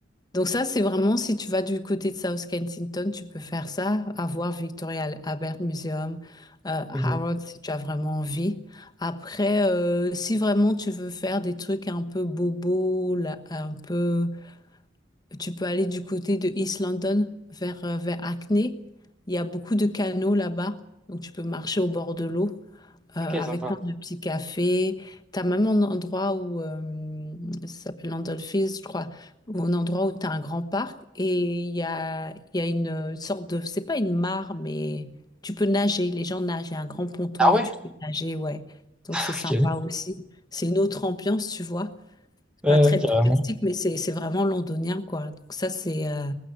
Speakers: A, on the left; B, in the centre.
A: Donc ça, c'est vraiment, si tu vas du côté de South Kensington, tu peux faire ça, avoir Victoria Albert Museum, euh, Harrods,
B: Ok,
A: si tu as vraiment envie. Après, euh, si vraiment tu veux faire des trucs un peu bobo, là, un peu, tu peux aller du côté de East London, vers, euh, vers Hackney. Il y a beaucoup de canaux là-bas, donc tu peux marcher au bord de l'eau euh,
B: ok,
A: avec
B: sympa.
A: plein de petits cafés. Tu as même un endroit où, euh, ça s'appelle Landolfis, je crois, où un endroit où tu as un grand parc et il y a, il y a une sorte de, c'est pas une mare, mais tu peux nager, les gens nagent, il y a un grand ponton
B: Ah
A: et
B: ouais?
A: tu peux nager, ouais. Donc
B: Ok,
A: c'est sympa
B: ouais,
A: aussi. C'est une autre ambiance, tu vois
B: ouais,
A: pas très
B: carrément.
A: touristique, mais c'est c'est vraiment londonien, quoi. Donc ça, c'est... euh,